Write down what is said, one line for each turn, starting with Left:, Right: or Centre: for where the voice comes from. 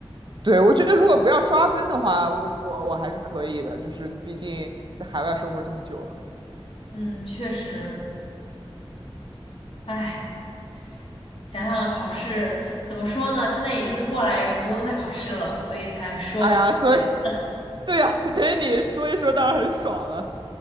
Right: 对，我觉得如果不要刷分的话，我我我还是可以的。就是你毕竟在海外生活这么久了，
Left: 嗯，确实，唉。想想考试怎么说呢？现在也就是过来人，不用再考试了，所以才说考试简单
Right: 哎呀，所以对呀、所以你说一说当然很爽了。